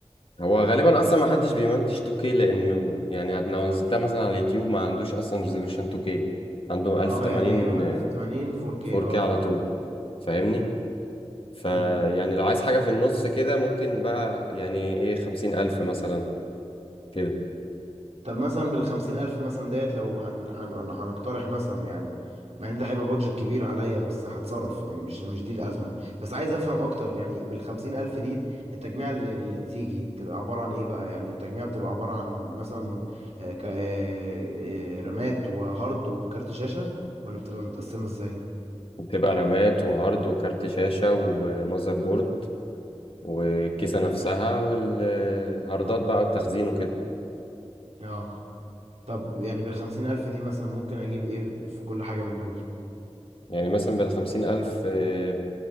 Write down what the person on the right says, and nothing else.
اه يعني يا اما 1080 4K
اه فهمت
امم
طب مثلا بالخمسين ألف مثلا ديت لو هن... هن... هنقترح مثلا يعني مع ان ده هيبقى بادجت كبير عليا بس هتصرف يعني مش مش دي الأزمة بس عايز أفهم أكتر يعني بالخمسين ألف دي التجميع اللي, اللي تيجي تبقى عبارة عن إيه بقى يعني التجميع بتبقى عبارة عن مثلا آه، ك... آه، آه، رامات وهارد وكارت شاشة ولا بتبقى متقسمة إزاي؟
اه طب يعني بالخمسين ألف دي مثلا ممكن أجيب إيه في كل حاجة من دول؟